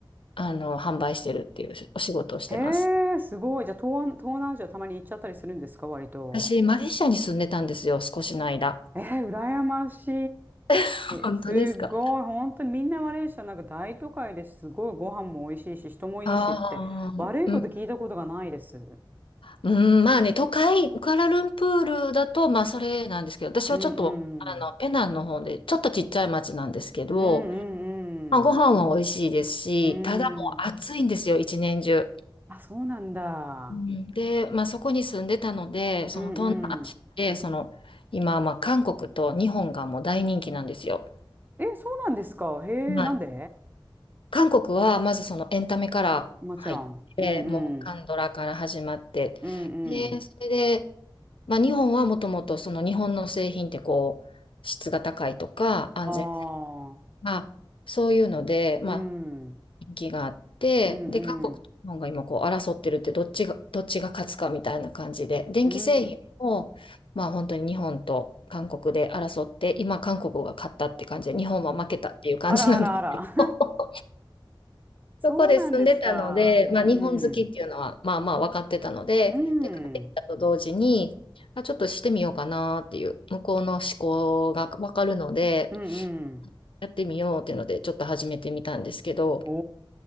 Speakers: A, on the left; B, on the right.
A: あの、販売してるっていうお仕事をしてます。
B: へえ、すごい。じゃあ、東南、東南アジアたまに行っちゃったりするんですか、割と。
A: 私、マレーシアに住んでたんですよ、少しの間。
B: えー、羨まし
A: <laughs> 本当ですか
B: い。すごい。本当にみんなマレーシアなんか大都会ですすごいご飯も美味しいし、人もいいしって、
A: ああ、
B: 悪いこと聞いたことがないです。
A: うん、うんまあね、都会、クアラルンプールだと、まあ、それなんですけど、私はちょっと、
B: うん
A: あの、
B: うん。
A: ペナンの方で、ちょっとちっちゃい町なんですけど、
B: うんう
A: まあ、
B: んうん。
A: ご飯は美味しいですし、
B: うん。
A: ただもう暑いんですよ、一年中。
B: あ、そうなんだ。
A: うんで、まあ、そこに住んでたので、その東南アジアで、
B: うんうん。
A: その今、まあ、韓国と日本がもう大人気なんですよ。
B: え、そうなんですか。へえ、
A: はい、
B: なんで
A: 韓国はまずそのエンタメから入って、
B: もちろん。うんうん。
A: もう韓ドラから始まって、
B: うんうん。
A: で、それで、まあ、日本はもともとその日本の製品ってこう質が高いとか安全
B: ああ。
A: がそういうので、まあ、
B: うん。
A: 人気があって、
B: うんうん。
A: で、韓国と日本が今こう争ってるって、どっちが、どっちが勝つかみたいな感じで、電気製品を、
B: うん。
A: まあ本当に日本と韓国で争って、今韓国が勝ったって感じで、日本は負けたっていう感じなんですけど、
B: あらあらあら。<laughs>
A: <laughs>
B: そうなんですか。
A: そこで住んでたので、
B: うん
A: まあ日本好きっていうのは、
B: うん。
A: まあまあ分かってたので、
B: うん。
A: で、帰ってきたと同時に、あ、ちょっとしてみようかなっていう、向こうの思考が分かるので、
B: うんうん。
A: やってみようっていうので、ちょっと始めてみたんですけど、
B: お